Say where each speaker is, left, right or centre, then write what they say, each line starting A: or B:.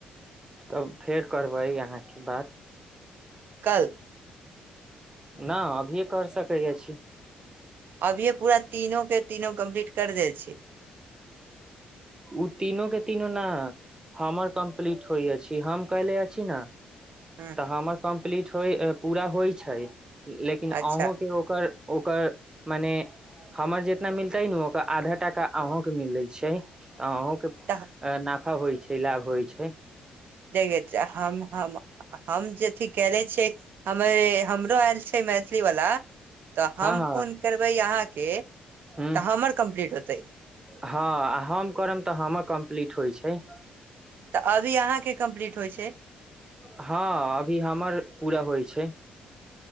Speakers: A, on the right; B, on the right.
A: तब फेर करबै अहाँसँ बात।
B: कल
A: नहि, अभिए कऽ सकै अछि।
B: अभिए पूरा तीनूके तीनू कम्प्लीट कऽ दै छी।
A: ओ तीनूके तीनू ने। हमर कम्प्लीट होइ अछि, हम कएने छी ने।
B: हँ
A: हमर कम्प्लीट होइ, पूरा होइ छै, लेकिन अहूँके
B: अच्छा
A: ओकर। ओकर मने हमर जितना मिलतै ने, ओकर आधा टका अहूँके मिलैत छै। आ अहिके?
B: त ह
A: अऽ, नाफा होइ छै, लाभ होइ छै।
B: देखै छै हम, हम। हम जे अथी कएने छियै, हमरौ आयल छै, मैथिली वाला। तऽ
A: हँ
B: हम
A: हँ
B: फोन करबै अहाँकेँ,
A: ह
B: तऽ हमर कम्प्लीट होयतै।
A: हँ, आ हम करब तऽ हमर कम्प्लीट होइ छै।
B: तऽ अभी अहाँके कम्प्लीट होइ छै
A: हँ, अभी हमर पूरा होइ छै।